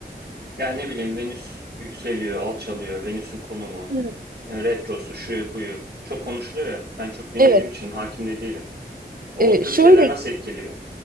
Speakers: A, on the right (about 85°); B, on the right (about 60°).
A: Yani ne bileyim Venüs yükseliyor, alçalıyor, Venüs'ün konumu,
B: Hı.
A: e, retrosu, şuyu buyu çok konuşuluyor ya. Ben çok bilmediğim
B: Evet.
A: için hakim de değilim. O,
B: E,
A: o tür
B: şöyle
A: şeyler nasıl etkiliyor?